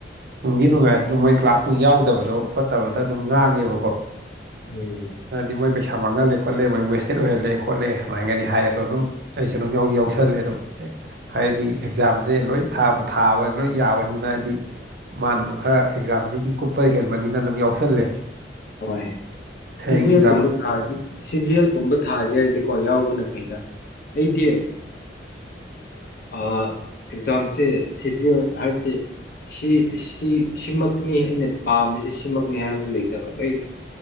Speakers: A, on the right (about 60°); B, on the left (about 55°).
A: ꯅꯨꯡꯒꯤ ꯅꯨꯡꯉꯥꯏꯔꯦ ꯑꯗꯨꯝ ꯃꯣꯏ ꯀ꯭ꯂꯥꯁ ꯅꯨꯡ ꯌꯥꯎꯗꯕꯗꯣ ꯈꯣꯠꯇꯕꯗ ꯑꯗꯨꯝ ꯉꯥꯡꯉꯦꯕꯀꯣ
B: ꯎꯝ
A: ꯍꯥꯏꯗꯤ ꯃꯣꯏ ꯄꯩꯁꯥ ꯃꯥꯡꯍꯜꯂꯦ ꯈꯣꯠꯂꯦ ꯃꯣꯏ ꯋꯦꯁꯇꯦꯠ ꯑꯣꯏꯍꯜꯂꯦ ꯈꯣꯠꯂꯦ ꯁꯨꯃꯥꯏꯅꯒ ꯍꯥꯏ ꯑꯗꯣ ꯑꯗꯨꯝ ꯑꯩꯁꯨ ꯑꯗꯨꯝ ꯌꯥ ꯌꯥꯎꯁꯜꯂꯦ ꯑꯗꯨꯝ ꯍꯥꯏꯗꯤ ꯑꯦꯛꯖꯥꯝꯁꯦ ꯂꯣꯏ ꯊꯥꯕ ꯂꯣꯏ ꯌꯥꯕꯅꯤꯅ ꯍꯥꯏꯗꯤ ꯃꯥꯅ ꯑꯃꯨꯛ ꯈꯔ ꯑꯦꯛꯖꯥꯝꯁꯤꯒꯤ ꯀꯨꯞꯄ ꯍꯦꯟꯕꯅꯤꯅ ꯑꯗꯨꯝ ꯌꯥꯎꯁꯜꯂꯦ
B: ꯍ
A: ꯍꯌꯦꯡ
B: ꯁꯤꯨꯝ
A: ꯑꯦꯛꯖꯥꯝ
B: ꯊꯥ ꯁꯤꯖꯤꯦꯜꯒꯨꯝꯕ ꯊ ꯊꯥꯒꯦ ꯍꯥꯏꯔꯗꯤꯀꯣ ꯌꯥꯎꯕꯅ ꯐꯩꯗ ꯑꯩꯗꯤ ꯑꯦꯛꯖꯥꯝꯁꯦ ꯁꯤꯖꯤꯦꯜ ꯍꯥꯏꯕꯗꯤ ꯁꯤ ꯁꯤꯃꯛꯅꯤ ꯑꯩꯅ ꯄꯥꯝꯕꯁꯤꯦ ꯁꯤꯃꯛꯅꯤ ꯍꯥꯏꯕꯗꯨ ꯂꯩꯇ ꯅꯠꯇꯕ ꯂꯣꯏ